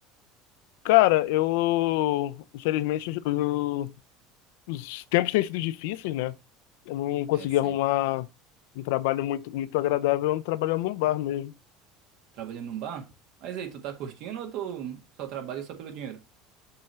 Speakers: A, on the left (about 75°); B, on the right (about 65°).
A: Cara, eu infelizmente os, o- os tempos têm sido difíceis, né? Eu não consegui
B: É, sempre.
A: arrumar um trabalho muito muito agradável, trabalhando num bar mesmo.
B: Trabalhando num bar? Mas aí, tu tá curtindo ou tu só trabalha só pelo dinheiro?